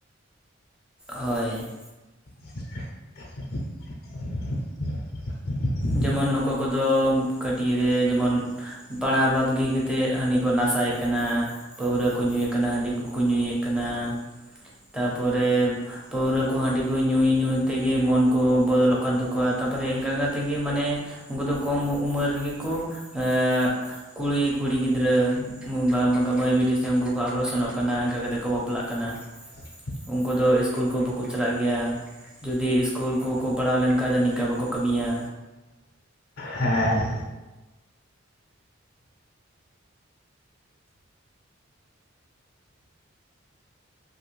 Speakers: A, in the centre; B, on the left.
A: ᱦᱚᱭ᱾
B: <inaudible>
A: ᱡᱮᱢᱚᱱ ᱚᱠᱚᱭ ᱠᱚᱫᱚ ᱠᱟᱹᱴᱤᱡ ᱨᱮ ᱡᱮᱢᱚᱱ ᱯᱟᱲᱦᱟᱣ ᱵᱟᱫᱽᱜᱤ ᱠᱟᱛᱮᱫ ᱦᱟᱺᱰᱤ ᱠᱚ ᱱᱟᱥᱟᱭᱮᱜ ᱠᱟᱱᱟ ᱯᱟᱹᱣᱨᱟᱹ ᱠᱚ ᱧᱩᱭᱮᱜ ᱠᱟᱱᱟ ᱦᱟᱺᱰᱤ ᱠᱚᱠᱚ ᱧᱩᱭᱮᱜ ᱠᱟᱱᱟ ᱛᱟᱯᱚᱨᱮ᱾ ᱯᱟᱹᱣᱨᱟᱹ ᱠᱚ ᱦᱟᱺᱰᱤ ᱠᱚ ᱧᱩᱭ ᱧᱩᱭ ᱛᱮᱜᱮ ᱢᱚᱱ ᱠᱚ ᱵᱚᱫᱚᱞᱚᱜ ᱠᱟᱱ ᱛᱟᱠᱚᱣᱟ ᱛᱟᱯᱚᱨᱮ ᱤᱱᱠᱟ ᱠᱟ ᱛᱮᱜᱮ ᱢᱟᱱᱮ ᱩᱱᱠᱩ ᱫᱚ ᱠᱚᱢ ᱩᱢ ᱩᱢᱮᱨ ᱨᱮᱜᱮ ᱠᱚ ᱮ ᱠᱩᱲᱤ ᱠᱩᱲᱤ ᱜᱤᱫᱽᱨᱟᱹ ᱵᱟ ᱢᱟᱹᱭ ᱵᱤᱴᱤ ᱥᱮ ᱩᱱᱠᱩ ᱠᱚ ᱟᱠᱜᱨᱚᱥᱚᱱᱚᱜ ᱠᱟᱱᱟ ᱤᱱᱠᱟ ᱠᱟᱛᱮᱫ ᱠᱚ ᱵᱟᱯᱞᱟᱜ ᱠᱟᱱᱟ᱾
B: <unintelligible>
A: ᱩᱱᱠᱩ ᱫᱚ ᱥᱠᱩᱞ ᱠᱚ ᱵᱟᱠᱚ ᱪᱟᱞᱟᱜ ᱜᱮᱭᱟ᱾ ᱡᱩᱫᱤ ᱤᱥᱠᱩᱞ ᱠᱚᱠᱚ ᱯᱟᱲᱦᱟᱣ ᱞᱮᱱᱠᱷᱟᱡ ᱫᱚ ᱱᱤᱝᱠᱟ ᱵᱟᱠᱚ ᱠᱟᱹᱢᱤᱭᱟ᱾
B: ᱦᱮᱸ᱾